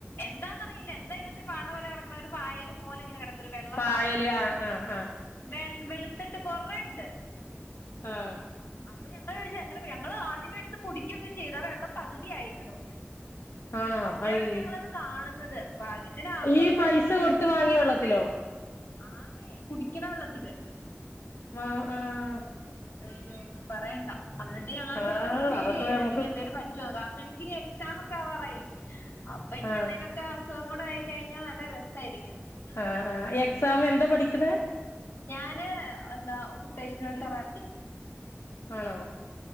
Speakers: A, on the left; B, on the left.
A: എന്താന്നറിയില്ല എന്താ ഇതിനാത്ത് പാട പോലെ കെടക്കണെ ഒരു പായല് പോലെങ്ങനെ കെടക്ക ഒരു വെള്ള
B: പായല്
A: സാധനം
B: ആഹ് ആഹ് ആഹ്
A: വെള് വെള്ത്തിട്ട് കൊറേണ്ട്.
B: ആഹ്.
A: പ്പൊ ഞങ്ങവേടിച് ങ്ങനെ ഞങ്ങള് ആദ്യമേ എടുത്ത് കുടിക്കുകൊക്കെ ചെയ്താ വെള്ളം പകുതിയായിക്കണു.
B: ആണോ
A: അപ്പഴാണ്
B: ഹയ്
A: ഞങ്ങള്ത് കാണുന്നത്. ഭാഗ്യത്തിന് ആർക്കൊന്നും
B: ഈ പൈസ
A: പറ്റീല്ലാ
B: കൊടുത്ത് വാങ്ങിയ വെള്ളത്തിലോ
A: ആന്നേ കുടിക്ക്ണ വെള്ളത്തില്.
B: ആഹ് ആഹ്.
A: അയ്യോ ഒന്നും പറയണ്ട അന്നിട്ട് ഞങ്ങക്കത്
B: ആഹ്
A: ഭയങ്കര പേടിയായി
B: അതൊക്കെ
A: എന്നിട്ട്
B: നമുക്ക്
A: നി എന്തേലും പറ്റൊ അപ്പൊ ഞങ്ങക്കിനി എക്സാം ഒക്കെ ആവാറായി അപ്പൊ ഇനി
B: ആഹ്
A: എന്തേലൊക്കെ. ക്കെ അസുഖം കൂടെ ആയി കഴിഞ്ഞാ നല്ല രസായിരിക്കും.
B: ആഹ്, ആഹ് എക്സാം എന്താ പഠിക്ക്ണ്.
A: ഞാന് എന്താ ഒക്കുപേശ്ണൽ തറാപ്പി.
B: ആണോ